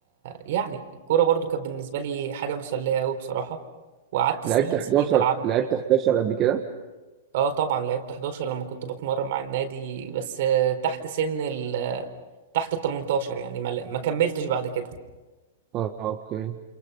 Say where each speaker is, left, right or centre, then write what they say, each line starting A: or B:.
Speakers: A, on the right (about 60°); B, on the right (about 35°).
A: يعني الكوره برضو كانت بالنسبه لي حاجه مسليه قوي بصراحه وقعدت سنين
B: لعبت 11
A: سنين العبها
B: لعبت 11 قبل كده
A: اه طبعا لعبت 11 لما كنت بتمرن مع النادي بس آه، تحت سن ال تحت ال 18 يعني ما ما كملتش بعد كده
B: اه اوكي